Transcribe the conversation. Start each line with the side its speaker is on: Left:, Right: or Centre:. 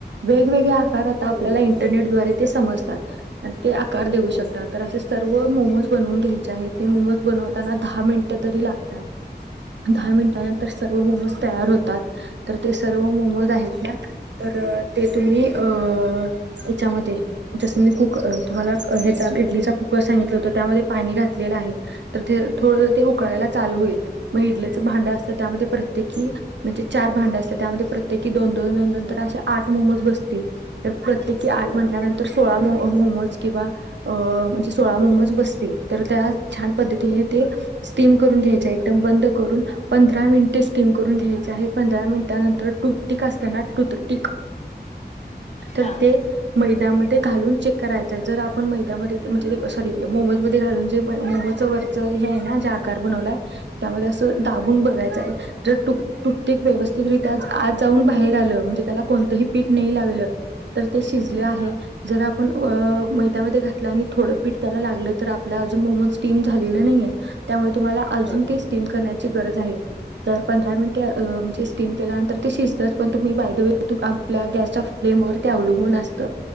Right: वेगवेगळे्या कार आता
Left: हो
Right: आपल्या इंटरनेटद्वारे ते समजतात पण ते आकार देऊ
Left: हो
Right: शकतात तर असे सर्व मोमोज बनवून घ्यायचे आहेत ते मोमोज बनवताना दहा मिनट तरी लागतात दहा मिनटानंतर सर्व मोमज तयार होत तात तर ते सर्व मोमोज आहेत ना तर ते तुम्ही अं याच्यामध्ये जसं मी कुकर अं तुम्हाला
Left: चाल-
Right: क ह्याचा इडलीचा सांगितलं होत त्यामध्ये पाणी घातलेलं आहे तर ते थो ते उकळायला चालू होईल मग इडलीच भांड असतं त्यामध्ये प्रत्येकी म्हणजे चार भांडं असत त्यामध्ये प्रत्येकी दोन दोन दोन
Left: हो
Right: तर अशे आठ मोमज बस तर प्रत्येकी आठ
Left: हो
Right: म्हटल्यानंतर सोळा मो मोमोज किंवा अं म्हणजे सोळा मोमोज बसतील तर त्या छान पद्धतीने ते स्टीम करून घ्यायचे एकदम बंद करून पंधरा मिनिटे स्टीम करून घ्याय धा हे पंधरा मिनिटांनंतर टुटीक असताना टूटीक तर
Left: हां
Right: ते मैदामध्ये ते घालून चेक करायच, जर आपण मैद्यामध्ये म्हणजे सॉरी मोमोज मध्ये घालून जे मोमोच वरच हे आहे ना जे आकार बनवलाय. त्यामध्ये असं
Left: हं
Right: दाबून बघायचं आहे. जट्टू. कुठक
Left: ओके
Right: व्यवस्थितरित्या आज. जाऊन बाहेर आल म्हणे त्याला कोणतही पीठ नाही लागलं त ते शिजले आहे
Left: हां
Right: जरा आपण अ. मैद्यामध्ये घातलं आणि थोडं पिट त्यायला लागलं, तर आपल्या अजून मोमोज स्टीम झालेले नाहीे त्यामुळे. तुम्हाला अजून
Left: हो
Right: ते स्टीम करण्या गरज आहे तर पंधरा मिन त्या म्हणजे स्टीम केल्यानंतर ते शिजतच पण तुम्ही बायदवे व आपल्या गॅसच्या फ्लेमवरर ते अवलंबून असत,